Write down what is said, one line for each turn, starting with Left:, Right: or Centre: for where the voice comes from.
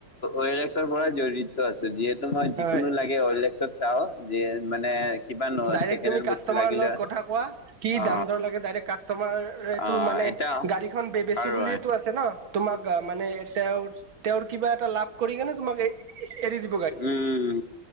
Left: ৱেলএক্সত। এইটো পৰা জড়িত আছে, যিহেতু মই যিকোনো
Right: হয়
Left: লাগে ৱেলএক্সত চাওঁ যে মানে। কিবা ন
Right: ডাইৰেক্ট
Left: ছেকেণ্ড
Right: তুমি
Left: হেণ্ড
Right: কাষ্টমাৰৰ
Left: বস্তু লাগিলে
Right: লগত কথা কোৱা, কি
Left: অ
Right: দাম দৰ লাগে ডাইৰেক্ট কাষ্টমাৰটো
Left: অ
Right: মানে
Left: এটা
Right: গাড়ীখন বে বেচো
Left: আৰু
Right: বুলিয়েতো
Left: অ
Right: আছে ন, তোমাক মানে তেওঁৰ তেওঁৰ কিবা এটা লাভ কৰি কেনে তোমাক এ- এৰি দি
Left: উম।